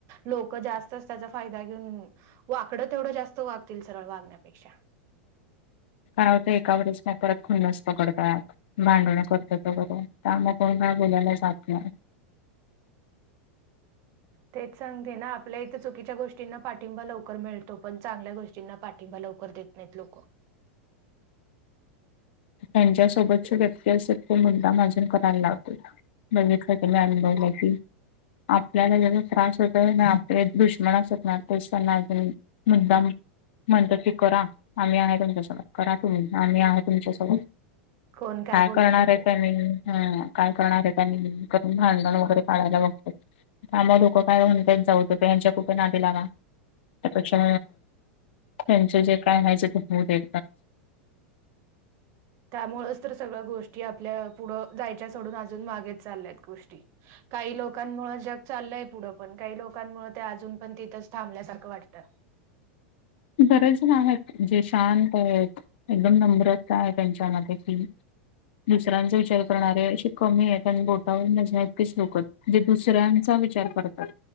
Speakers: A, on the right (about 45°); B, on the left (about 60°).
A: लोक जास्तच त्याचा फायदा घेऊन वाकडं तेवढं जास्त वागतील सरळ वागण्यापेक्षा.
B: काय होत एका वेळेस नाही. परत खुन्नस पकडतात. भांडण करतात बर त्यामुळे कोण काय बोलायला जात नाही.
A: तेच सांगते ना. आपल्या इथं चुकीच्या गोष्टींना पाठिंबा लवकर मिळतो. पण चांगल्या गोष्टींना पाठिंबा लवकर देत नाहीत लोक.
B: त्यांच्यासोबतची व्यक्ती असे ते मुद्दाम आझून करायला लावते. बघितल की मॅम बोलती. आपल्याला ज्याचा त्रास होतोय ना. आपल्या दुश्मना असतणार पैसांना अजून मुद्दाम म्हणतात की करा आम्ही आहे तुमच्यासोबत करा तुम्ही आम्ही आहात तुमच्या स
A: कोण
B: काय
A: बोलते
B: करणार
A: बघू
B: आहे त्या मी हा काय करणार आहे त्यांनी करून भांडण वगैरे काढायला बघत काम लोकं काय म्हणतात जाऊतो प यां्यांच्या कुठे आधदी लागा त्यापेक्षा त्यांच जे काय व्हायचं ते होऊ दे
A: त्यामुळेच तर सगळ्या गोष्टी आपल्या पुढं जायच्या सोडून अजून मागेच चालल्यात गोष्टी काही लोकांमुळे जग चाललंय पुढं पण काही लोकांमुळेळ ते अजून पण तिथंच थांबल्यासारखं वाटतं
B: बरे जण आहेत जे शांत आहेत एकदम नम्रता आहे त्यांच्यामध्ये की दुसऱ्यांचा विचार करणारे अे कमी आहे आणि बोटावर नजल्यातकीेच लोक जे दुसऱ्यांचा विचार करतात